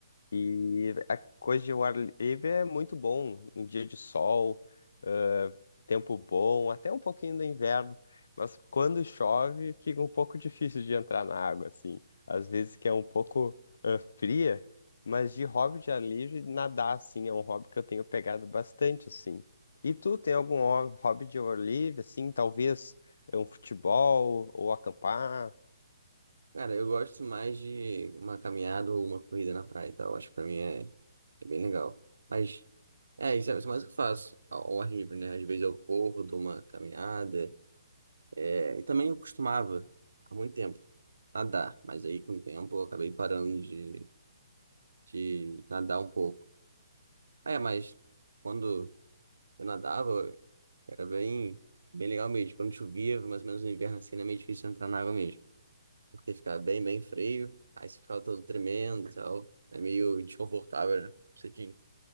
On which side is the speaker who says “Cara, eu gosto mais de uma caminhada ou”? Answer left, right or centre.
Right